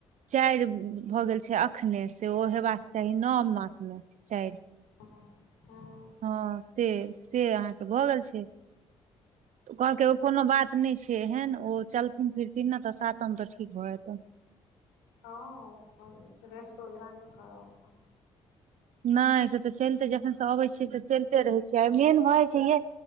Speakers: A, on the right; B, on the left.
A: चारि भऽ गेल छै एखने से ओ हेबाक चाही नओ मासमे चारि
B: हँ हँ
A: हँ से से अहाँके भऽ गेल छै कहलकै ओ कोनो बात नहि छै एहन ओ चलथिन फिरथिन ने तऽ सातम तऽ ठीक भऽ जेतेन
B: हँ ओ रेस्ट वगैरह नहि कर अपन
A: नहि से तऽ चलिते जखन से अबै छियै तऽ चलिते रहै छियै आ मेन भऽ जाइ छै ये